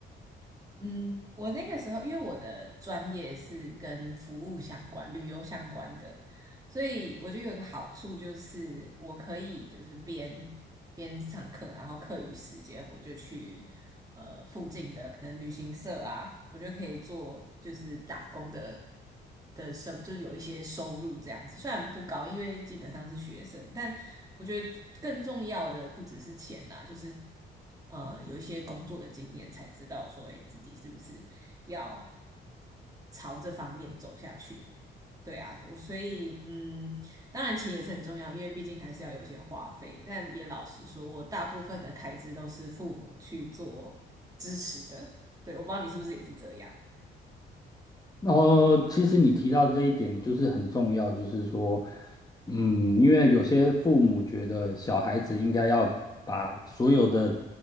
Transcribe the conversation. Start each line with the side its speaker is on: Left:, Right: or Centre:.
Right: 嗯，我那个时候因为我的专业是跟服务相关、旅游相关的，所以我觉得有一个好处就是，我可以就是边边上课，然后课余时间我就去呃附近的可能旅行社啊，我就可以做就是打工的的生，就是有一些收入这样子。虽然不高，因为基本上是学生，但我觉得更重要的不只是钱啦，就是呃有一些工作的经验，才知道说，诶自己是不是要朝这方面走下去。对啊，我所以嗯，当然钱也是很重要，因为毕竟还是要有一些花费。但也老实说，我大部分的开支都是父母去做支持的。对，我不知道你是不是也是这样。
Left: 然后，其实你提到这一点就是很重要，就是说，嗯，因为有些父母觉得小孩子应该要把所有的